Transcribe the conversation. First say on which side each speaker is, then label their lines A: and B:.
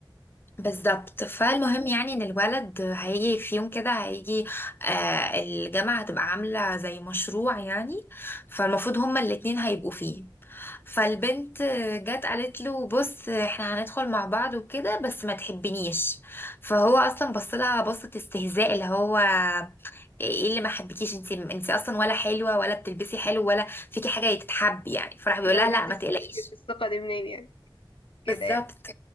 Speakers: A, on the left; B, on the left.
A: بالظبط فالمهم يعني ان الولد هيجي في يوم كده هيجي آه الجامعة هتبقى عاملة زي مشروع يعني فالمفروض هما الاتنين هيبقوا فيه فالبنت جت قالت له بص احنا هندخل مع بعض وكده بس ما تحبنيش فهو اصلا بص لها بصة استهزاء اللي هو ايه اللي ما حبكيش انت انت اصلا ولا حلوة ولا بتلبسي حلو ولا فيكي حاجة تتحب يعني فراح بيقول
B: اللي هو
A: لها
B: جبت
A: لا ما
B: الس-
A: تقلقيش
B: جبت الثقة دي منين يعني كده
A: بالظبط
B: يعني